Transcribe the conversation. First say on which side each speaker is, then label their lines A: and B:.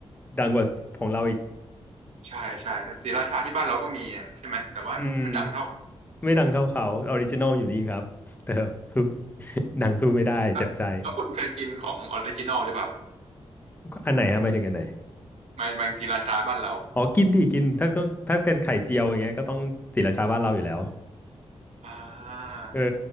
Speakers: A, on the left (about 15°); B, on the right (about 75°).
A: ดังกว่าของเราอีก
B: ใช่ใช่ศรีราชาที่บ้านเราก็มีใช่ไหมแต่ว่าไม่ดังเท่า
A: อืมไม่ดังเท่าเขาออริจินอลอยู่นี่ครับ <laughs> แต่สู้ <laughs> หนังสู้ไม่ได้เจ็บใจ
B: แล้วแล้วคุณเคยกินของออริจินอลหรือเปล่า
A: อันไหนฮะหมายถึงอันไหน
B: ไมับางศรีราชาบ้านเรา
A: อ๋อกินดิกินถ้าก็ถ้าเป็นไข่เจียวอย่างเงี้ยก็ต้องศรีราชาบ้านเราอยู่แล้ว
B: อ่า
A: เออ